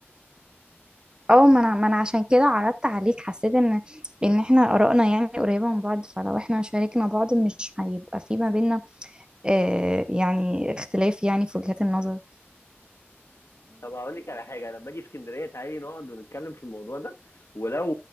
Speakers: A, on the right; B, on the left.
A: اه ما انا ما انا عشان كده عرضت عليك حسيت ان ان احنا آرائنا يعني قريبة من بعض فلو احنا شاركنا بعض مش هيبقى في ما بينا آه يعني اختلاف يعني في وجهات النظر
B: طب هقول لك على حاجه انا لما اجي اسكندريه تعالي نقعد ونتكلم في الموضوع ده ولو